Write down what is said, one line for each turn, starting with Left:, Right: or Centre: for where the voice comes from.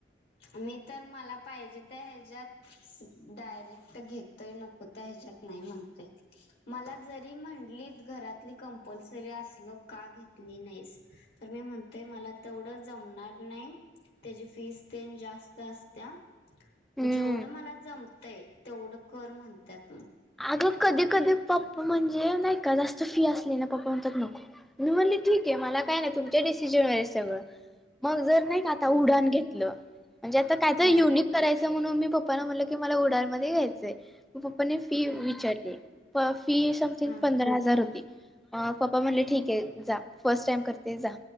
Left: मी तर मला पाहिजे त्या ह्याच्यात डायरेक्ट घेतय नको तर ह्याच्यात नाही म्हणतय मला जरी म्हटली घरातली कंपल्सरी असल का घेतली नाहीस तर मी म्हणतेय मला तेवढं जमणार नाही त्याची फीस तेन जास्त असत्या म्हण
Centre: हम्म
Left: जेवढं मला जमत ते तेवढं कर म्हणतात मग
Centre: अग कधी कधी पप्पा म्हणजे नाही का जास्त फी असली ना पप्पा म्हणतात नको. मी म्हणले ठीक आहे मला काय नाही तुमच्या डिसिजन वर सगळं मग जर नाही का आता
Left: हा
Centre: उडाण घेतलं म्हणजे आता काय तर
Left: हा
Centre: युनिक करायचं म्हणून मी पप्पाना म्हटलं की मला उडाणमध्ये घ्यायचं मग पप्पानी फी विचारली
Left: हा
Centre: प फी समथिंग
Left: हा
Centre: पंधरा हजार होती. अ पप्पा म्हणले ठीक आहे जा फर्स्ट टाइम करते जा.